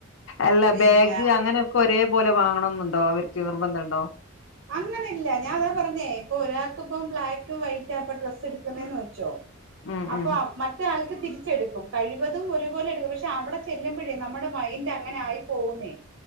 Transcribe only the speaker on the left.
അല്ല
ബാഗ് അങ്ങനെ ഒരേ പോലെ വാങ്ങണം ന്നുണ്ടോ അവർക്ക് നിർബന്ധം ഉണ്ടോ
ഉം
ഉം